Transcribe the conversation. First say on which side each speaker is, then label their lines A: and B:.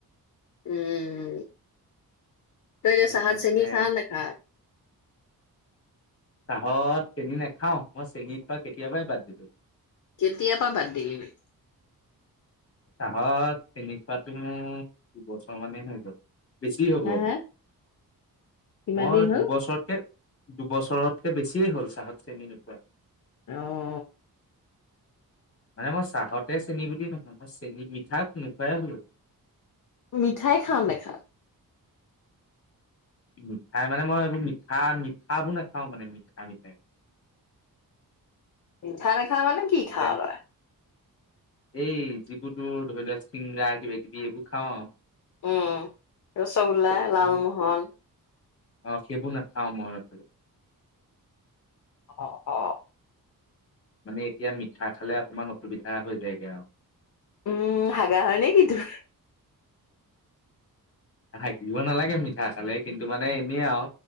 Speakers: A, on the left; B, on the left.
A: উম তইনে
B: তাৰপিছত
A: চাহত চেনি
B: মানে
A: খা নে খা
B: চাহত চেনিী নাখাও মই চেনী খোৱা কেতিয়াবাই বাদ দিছো
A: কেতিয় পৰাা বাদ দিলি ন
B: চাহত চিনি খোৱাাতটো মোৰ দুবছৰ মানে হৈ গ'ল বেছি হব
A: হে হে কিমান
B: মই
A: দিন হ'ল?
B: দুবছৰতকে দুবছৰতকে বেছিয়ে হ'ল চাহত চ্ৰেণী নোখোৱা
A: অ
B: মানে মই চাহতে চেনী বুলি নহয় মই চেনিী ইঠাক নোকাই হলো
A: মিঠাই খাম দেখাম
B: মিঠাই মানে মই এইবোৰ মিঠা মিঠাবোৰ নাখাও মানে মিঠাই মিঠাই
A: খানা খাা মানে কি
B: এতিয়া
A: খা ৰ হয়
B: এই যিবু তোৰ ধৰি লোৱা চিংগৰা কিবা কিবি এইবোৰ খাওঁ অ
A: উম ৰসগোল্লা লালমোহন
B: এই অ সেইবোৰ নাখাও মই
A: অ অ
B: মানে এতিয়া মিঠা খালে অকমান অসুবিধা হৈ যায়গে আৰু
A: উম হাগা হয় নে কি তোৰ
B: থাকিব নালাগে মিঠা চালে কিন্তু মানে এনেই আৰু